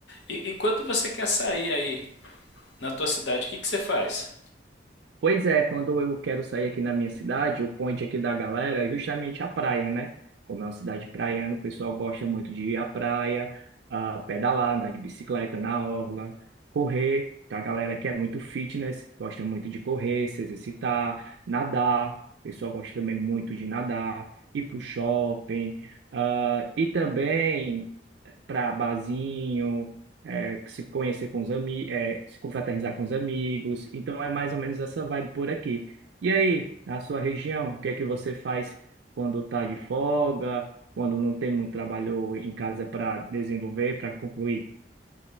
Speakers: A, on the left (about 75°); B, on the right (about 75°).
A: E, e quando você quer sair aí na tua cidade, o que, que você faz?
B: Pois é, quando eu quero sair aqui na minha cidade, o point aqui da galera é justamente a praia, né? Como é uma cidade praiana, o pessoal gosta muito de ir à praia, ah, pedalar, andar de bicicleta na orla, correr. Tá? A galera que é muito fitness, gosta muito de correr, se exercitar, nadar. O pessoal gosta também muito de nadar, ir pro shopping. ah, e também para barzinho, é, se conhecer com os amigos, se confraternizar com os amigos. Então é mais ou menos essa vibe por aqui. E aí, na sua região, o que é que você faz quando tá de folga, quando não tem muito trabalho em casa para desenvolver, para concluir?